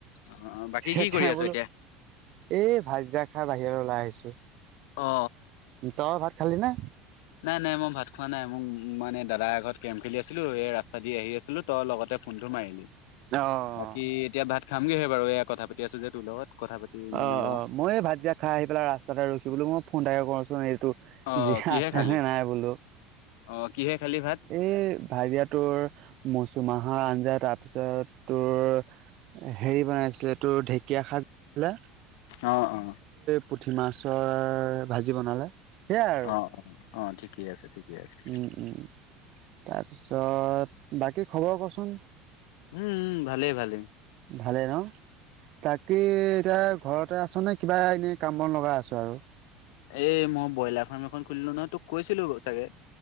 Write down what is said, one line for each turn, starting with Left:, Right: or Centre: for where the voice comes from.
Left: অ বাকী
Right: সেইখনে
Left: কি কৰি আছ
Right: বোলো
Left: এতিয়া
Right: এই ভাই যাক খাই বাহিৰলে ওলাই আহিছো।
Left: অ
Right: তই ভাত খালি নে?
Left: নাই-নাই, মই ভাত খোৱা নাই। মোক মানে দাদাৰ এঘৰত কেৰম খেলি আছিলো। এই ৰাস্তা দি আহি আছিলো তও লগতে ফোনটো মাৰিলি।
Right: অ
Left: বাকী এতিয়া ভাত খামগেহে বাৰু এয়া কথা পাতি যে তোৰ লগত কথা পাতি
Right: অ
Left: মানে লওঁ
Right: অ। মই ভাত এতিয়া খাই আহি পেলাই ৰাস্তাতে ৰখিবলৈ মই ফোন এটাকে কৰোচোন। এইটো
Left: অ
Right: জিহা
Left: কিহে
Right: ইচ্ছা
Left: খালি
Right: হে নাই বোলো।
Left: অ কিহে খালি ভাত
Right: এই ভাজীয়া টোৰ মৌচুমা মাহৰ আঞ্জা তাৰপিছত তোৰ হেৰি বনাইছিলে তোৰ ঢেঁকীয়া শাক লা
Left: অ-অ।
Right: পুঠি মাছৰ ভাজি বনালে। সেয়াই আৰু
Left: অ-অ, অ ঠিকেই আছে, ঠিকেই আছে।
Right: উম উম তাৰপিছত বাকী খবৰ কচোন?
Left: উম- উম, ভালে- ভালে।
Right: ভালে ন তাকেই এতিয়া ঘৰতে আছ নে কিবা এনে কামবন লগাই আছ? <unintelligible>
Left: এই মই ব্ৰইলাৰ ফাৰ্ম এখন খুলিলো নহয় তোক কৈছিলো চাগে